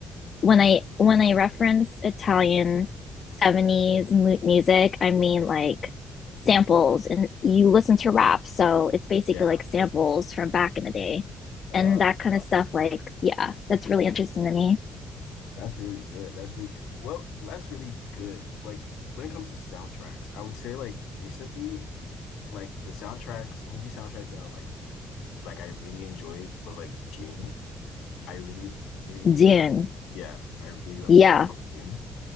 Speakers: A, on the left; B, on the left.
A: when I when I reference Italian 70s mu music, I mean like samples and you listen to rap, so it's basically
B: yeah.
A: like samples from back in the day.
B: Uh
A: And that kind of stuff, like, yeah, that's really interesting to me.
B: that's really good. That's really well, that's really good. Like when it comes to soundtracks, I would say like recently, like the soundtracks, movie soundtracks that are like like I really enjoyed was like Dune. I really, really, really
A: Dune.
B: love yeah, I really love
A: Yeah.
B: soundtrack of Dune.